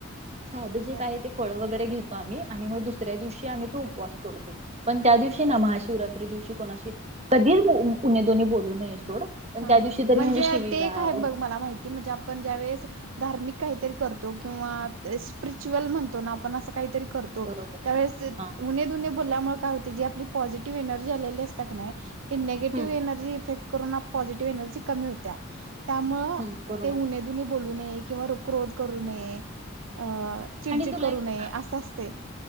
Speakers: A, on the right; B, on the right.
A: साध जे
B: बर
A: काय आहे ते फळ वगैरे घेतो आम्ही आणि मग दुसऱ्या दिवशी आम् तूपवासतोडतो पण त्या दिवशी ना महाशिवरात्री दिवशी कोणाशी कधीच उ् दोन्ही बोलू नये सोड पण
B: हा
A: त्या दिवशी तरी
B: म्हणजे
A: शिवीगाळ
B: ते काय बघ मला माहिती म्हणजे आपण ज्यावेेळेस धार्मिक काहीतरी करतो किंवा स्पिरिच्युअल म्हणतो ना आपण असं काहीतरी करतो
A: बरोबर
B: त्याळेु
A: हा
B: बल्यामुळे काय हो ज आपली पॉझिटिव्ह एनर्जी आलेली असात नाही ते नेगेटिव्ह
A: हम्म
B: एनर्जी इफेक्ट करूनना पॉझिटिव्ह एनर्जी कमी होत त्यामुळं
A: हम्म बरोबर
B: ते उणेधुणे बोलू नये किंवा रोक रोध करू नये अ चिडचिड
A: आणि तुला
B: करू
A: एक
B: नये असं असते